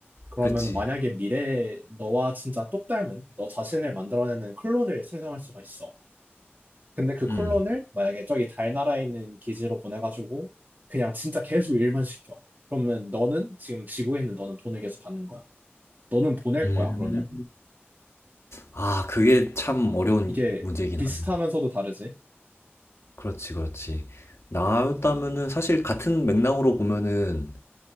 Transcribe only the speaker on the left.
그치.
음.
음.
아, 그게 참 어려운
문제긴
하다.
그렇지, 그렇지. 나였다면은 사실 같은 맥락으로 보면은